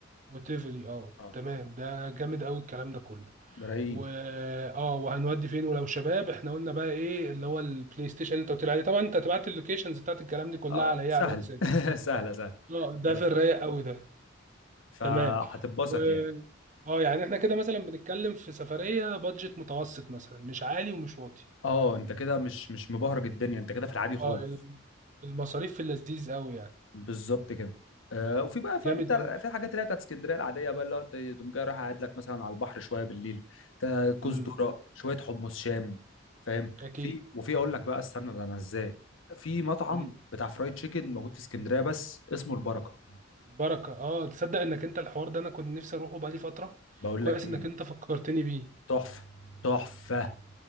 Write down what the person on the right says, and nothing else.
وتيفلي اه
تمام ده جامد قوي الكلام ده كله
و اه وهنودي فين ولو شباب احنا قلنا بقى ايه اللي هو البلاي ستيشن اللي انت قلت لي عليه طبعا انت هتبعت لي اللوكيشنز بتاعت الكلام دي كلها
على ايه
على الواتساب
اه ده
في الرايق قوي ده
تمام و
اه يعني احنا كده مثلا بنتكلم في سفرية بادجت متوسط مثلا مش عالي ومش واطي
اه ال- المصاريف في اللذيذ قوي يعني
جامد
قوي
امم
اكيد
امم
بركه اه تصدق انك انت الحوار ده انا كنت نفسي اروحه بقالي فتره
كويس
انك انت فكرتني بيه